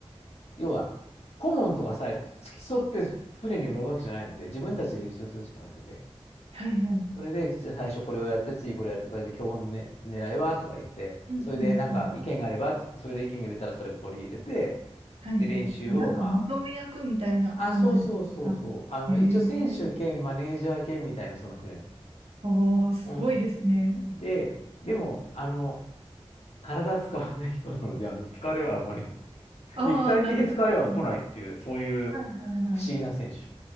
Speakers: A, on the left; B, on the right.
A: 要は、顧問とかさ、付き添って船に乗るわけじゃないので、自分たちで練習するしかないので、
B: はいはい。うん
A: それで、じゃあ最初これをやって、次これやって、これで今日の、ね、狙いはとか言って、
B: うんうん。
A: それでなんか意見があればっつって、それで意見が出たらそれも取り入れて、
B: はいはい。
A: で、練習をま
B: あ、なんかまとめ役みたいな感じですかええー
A: あ、あ、そうそうそうそう、あの、一応選手兼マネージャー兼みたいなそのフレーム
B: ああ、すごいですね。
A: うん。で、でも、あの、体使わない人なので、あの、疲れはあんまり <laughs>
B: ああ、
A: 肉体的疲れは来ないっていう、
B: なるほど、なるほど。
A: そういう
B: はいはいはい。
A: 不思議な選手。